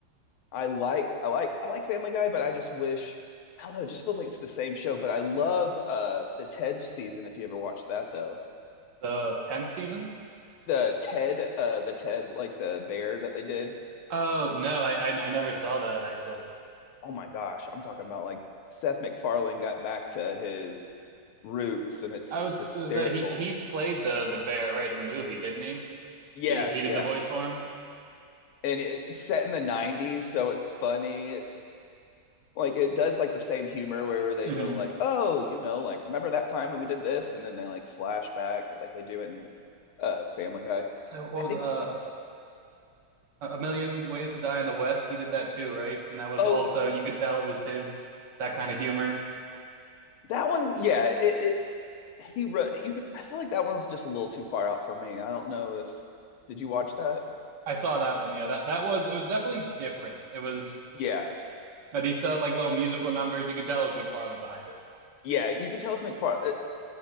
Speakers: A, on the left (about 85°); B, on the right (about 65°).
A: I like I like I like Family Guy, but I just wish I don't know, it just feels like it's the same show. But I love uh the Ted season if you ever watched that though.
B: The tenth season.
A: The Ted uh the Ted like the bear that they did.
B: Oh no, I, I I never saw that actually.
A: Oh my gosh, I'm talking about like Seth MacFarlane got back to his roots and it's
B: I was
A: hysterical.
B: was that he he played the the bear right in the movie, didn't he?
A: Yeah,
B: He he did
A: yeah.
B: the voice for him.
A: And it- it's set in the 90s, so it's funny. It's like it does like the same humor where they
B: Mm-hmm.
A: go like, "Oh, you know, like remember that time when we did this?" and then they like flashback like they do in uh Family Guy.
B: What was
A: I think
B: uh
A: so.
B: A Million Ways to Die in the West, he did that too, right? And that was
A: Oh,
B: also
A: yeah,
B: you could tell it was his that kind of humor.
A: that one. Yeah, it, it he wrote. You could. I feel like that one's just a little too far out for me. I don't know if. Did you watch that?
B: I saw that one. Yeah, that that was it was definitely different. It was
A: Yeah,
B: he still had like little musical numbers. You could tell it was McFarlane behind it.
A: yeah. You could tell it's McFarlane. Uh,